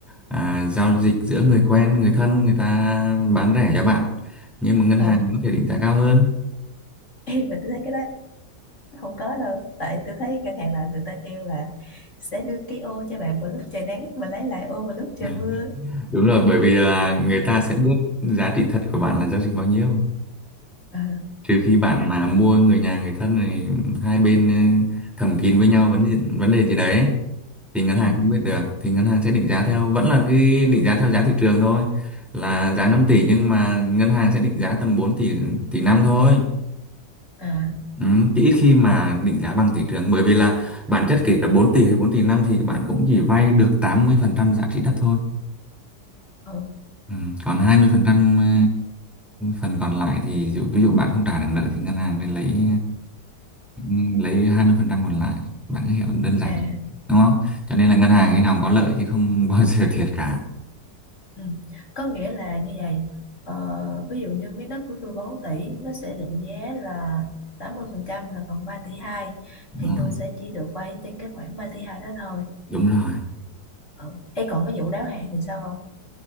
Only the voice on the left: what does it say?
ờ
<laughs> em mà tôi thấy cái đó không có đâu tại tôi thấy ngân hàng là người ta kêu là sẽ đưa cái ô cho bạn vào lúc trời nắng và lấy lại ô vào lúc trời
mưa
Ờ,
à
ừ
à
ừ
à
Ừ. Có nghĩa là như vậy ờ, ví dụ như miếng đất của tôi 4 tỷ nó sẽ định giá là 80% là còn ba tỷ hai
thì
tôi sẽ chỉ được vay trên cái khoản 3 tỷ 2 đó thôi
ừ. Ê, còn cái vụ đáo hạn thì sao không